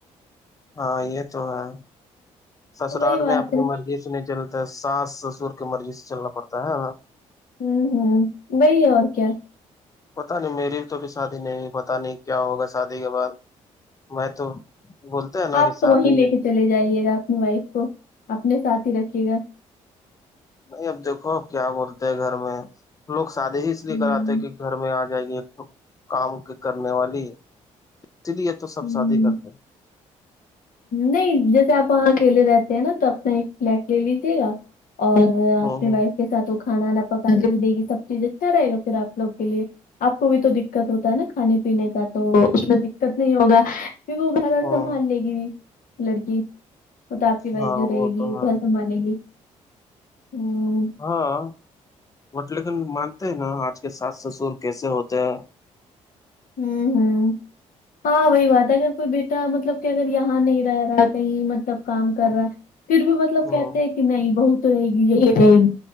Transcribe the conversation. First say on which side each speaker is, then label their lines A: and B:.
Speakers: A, on the left; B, on the left.
A: ہاں یے تو ہے سسرال
B: تو وہی بات
A: میں اپنی
B: ہے
A: مرضی سے نہیں چلتے ساس سسر کے مرضی سے چلنا پڑتا ہے
B: ہمم ہمم وہی اور کیا
A: پتہ نہیں میری بھی تو بھی شادی نہیں پتا نہیں کیا ہوگا شادی کے بعد میں تو بولتے ہیں نا
B: آپ
A: کہ شادی
B: تو وہیں لے کے چلے جائیے گا اپنی وائف کو اپنے ساتھ ہی رکھئے گا
A: نہیں اب دیکھو اب کیا بولتے ہیں گھر میں لوگ شادی ہی اس لیے
B: ہوں
A: کراتے کی گھر میں آکے جائے گی ایک تو کام کے کرنے والی اسی لیے تو سب
B: ہوں
A: شادی کرتے ہیں
B: نہیں جیسے آپ وہاں اکیلے رہتے ہیں نا تو اپنا ایک فلیٹ لے لیجے گا اور
A: ہ
B: اپنی وائف کے ساتھ وہ کھانا نہ پکا کے بھی دے گی سب چیز اچھا رہے گا پھر آپ لوگ کے لیے آپ کو بھی تو دقت ہوتا ہے نا کھانے پینے کا تو اس میں دقت نہیں ہوگا پھر وہ گھر اور
A: ہ
B: سنبھال لے گی لڑکی اور تو آپ کی وائف
A: ہاں
B: جو رہے
A: وہ
B: گی
A: تو ہے
B: گھر سنبھال لے گی ہمم
A: ہاں وو جو لیکن مانتے ہیں نا آج کے ساس سسر کیسے ہوتے ہیں
B: آمم ہمم ہاں وہی بات ہے اگر کوئی بیٹا مطلب کہ اگر یہاں نہیں رہ رہا ہے کہیں مطلب کام کر
A: ہاں
B: رہا ہے پھر بھی مطلب کہتے
A: ہاں
B: ہیں کی نہیں بہت رہے گی یہی رہے گی